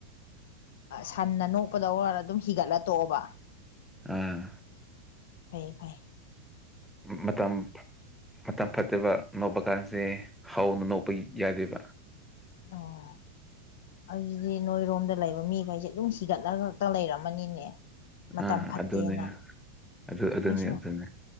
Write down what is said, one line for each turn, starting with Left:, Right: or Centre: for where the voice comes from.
Left: ꯁꯟꯅ ꯅꯣꯛꯄꯗ ꯑꯣꯏꯔ ꯑꯗꯨꯝ ꯍꯤꯒꯠꯂ ꯇꯣꯛꯑꯣꯕ
Centre: ꯑꯥ
Left: ꯐꯩ ꯐꯥꯏ
Centre: ꯃꯇꯝ ꯃꯇꯝ ꯐꯠꯇꯕ ꯅꯣꯛꯄ ꯀꯥꯟꯁꯦ ꯍꯧꯅ ꯅꯣꯛꯄ ꯌꯥꯗꯦꯕ
Left: ꯑꯣ ꯑꯗꯨꯗꯤ ꯅꯣꯏꯔꯣꯝꯗ ꯂꯩꯕ ꯃꯤꯈꯩꯁꯦ ꯑꯗꯨꯝ ꯁꯤꯒꯠꯂꯒ ꯈꯛꯇ ꯂꯩꯔꯝꯃꯅꯤꯅꯦ ꯃꯇꯝ
Centre: ꯑꯥ
Left: ꯐꯠꯇꯦꯅ
Centre: ꯑꯗꯨꯅꯦ ꯑꯗꯨ ꯑꯗꯨꯅꯤ
Left: ꯑꯩꯁꯨ
Centre: ꯑꯗꯨꯅꯤ